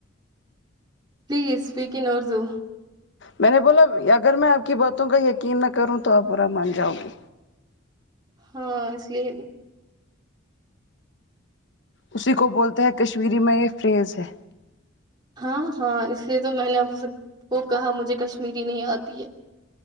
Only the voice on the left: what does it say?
میں نے بولا اگر میں آپ کی باتوں کا یقین نہ کروں تو آپ برا مان جاؤگی
اسی کو بولتے ہیں کشمیری میں یہ فریز ہے